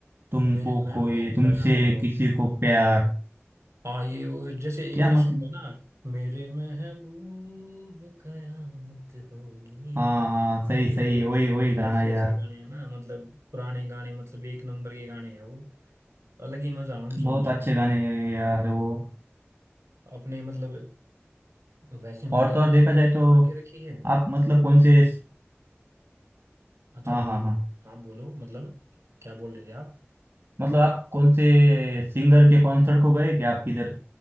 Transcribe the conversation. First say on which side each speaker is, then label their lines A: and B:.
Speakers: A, on the right; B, on the right.
A: तुमको
B: मेरे महबूब
A: कोई तुमसे
B: कयामत होगी
A: किसी को प्यार
B: हाँ ये वो- जैसे एक
A: क्या
B: ये
A: मतलब?
B: सुन लो ना मेरे महबूब कयामत होगी
A: हाँ हाँ सही
B: ये
A: सही
B: ये मतलब
A: वही वही गाना
B: ऐसे
A: यार
B: ऐसे गाने हैं ना मतलब पुराने गाने मतलब एक नंबर के गाने हैं वो अलग ही मजा है उन सॉन्ग्स
A: बहुत
B: में
A: अच्छे
B: बिल्कुल
A: गाने हैं यार वो
B: अपने मतलब वैसे
A: और
B: मैंने
A: तो
B: भी
A: और
B: प्लेलिस्ट
A: देखा जाए तो
B: बना के रखी है
A: आप मतलब कौन से
B: अच्छा
A: हाँ
B: बोलो
A: हाँ हाँ
B: हाँ बोलो मतलब क्या बोल रहे थे आप
A: मतलब आप कौन से सिंगर के कॉन्सर्ट को गए क्या आप किधर